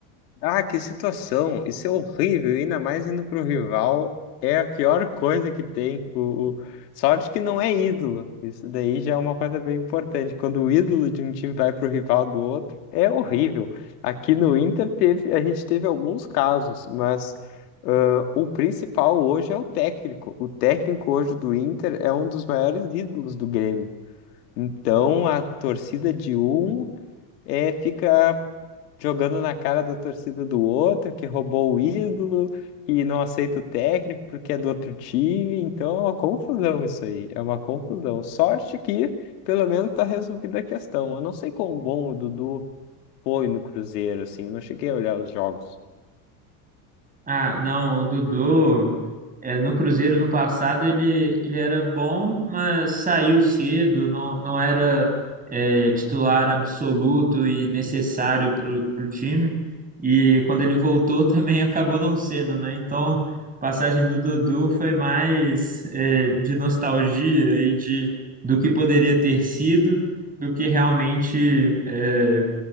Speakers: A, on the left (about 85°); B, on the right (about 20°).
A: Ah, que situação! Isso é horrível, ainda mais indo para o rival. É a pior coisa que tem. O, o- Sorte que não é ídolo. Isso daí já é uma coisa bem importante. Quando o ídolo de um time vai para o rival do outro, é horrível. Aqui no Inter teve, a gente teve alguns casos, mas ah, o principal hoje é o técnico. O técnico hoje do Inter é um dos maiores ídolos do Grêmio. Então a torcida de um é, fica jogando na cara da torcida do outro, que roubou o ídolo e não aceita o técnico porque é do outro time. Então é uma confusão isso aí, é uma confusão. Sorte que pelo menos tá resolvida a questão. Eu não sei quão bom o Dudu foi no Cruzeiro, assim, eu não cheguei a olhar os jogos.
B: Ah, não, o Dudu, é, no Cruzeiro no passado ele, ele era bom, mas saiu cedo, não, não era é, titular absoluto e necessário para o time. E quando ele voltou também <laughs> acabou não sendo, né? Então, a passagem do Dudu foi mais é, de nostalgia e de, do que poderia ter sido do que realmente eh,